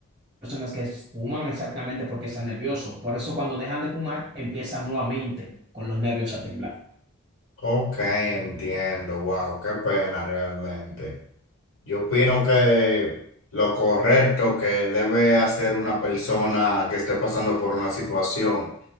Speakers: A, on the right; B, on the left.
A: personas que fuman exactamente porque están nerviosos. Por eso cuando dejan de fumar, empiezan nuevamente con los nervios a temblar.
B: Ok, entiendo, wow, qué pena realmente. Yo opino que lo correcto que debe hacer una persona que esté pasando por una situación